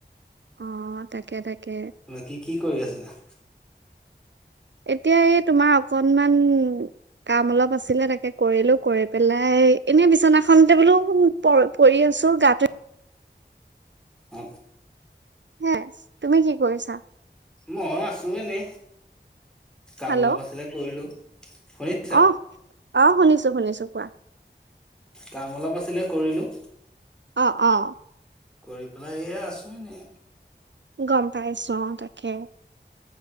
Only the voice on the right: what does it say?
অ তাকে তাকে
এতিয়া, এই তোমাৰ অকনমান কাম অলপ আছিলে, তাকে কৰিলো, কৰি পেলাই এনে বিচনাখনতে বোলো পৰি আছো, গাটো
হে, তুমি কি কৰিছা?
হেল্ল'
অ অ, শুনিছো, শুনিছো কোৱা,
অ, অ।
গম পাইছো, অ, তাকে